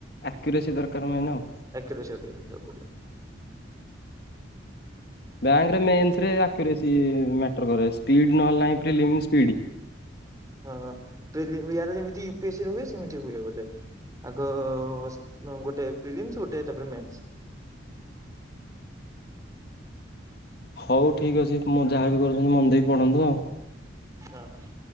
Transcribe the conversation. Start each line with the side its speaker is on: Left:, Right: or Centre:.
Left: ଆକିୟୁରେସି ଦରକାର ମେନ୍ ଆଉ।
Right: ଆକିୟୁରେଶି ଅଧିକ କରିତେ ପଡିବ।
Left: ବ୍ୟାଙ୍କରେ ମେନ୍ସରେ ଆକୁୟୁରେଶି ମ୍ୟାଟ କରେ ସ୍ପିଡି ନହେଲେ ନାହିଁ ସ୍ପ୍ଲି ଙ୍ଗି ସ୍ପିଡ଼ି।
Right: ହଁ ପିଲ ୟାର ଯେମିତି ୟୁପି ଏ ସ୍ ରେ ହୁଏ ସେମିତି ହୁଏ ବୋଧେ ଆଗ ନୋ ଗୋଟେ ଫ୍ରିଲିସ୍ମ୍ ଗୋଟେ ତାପରେ ମ୍ସେ।
Left: ହୋଉ ଠିକ୍ ଅଛି ମୁଁ ଯାହାବି କରୁଚନ୍ତି ମନ ଦେଇକି ପଢ଼ନ୍ତୁ ଆଉ।
Right: ହଁ।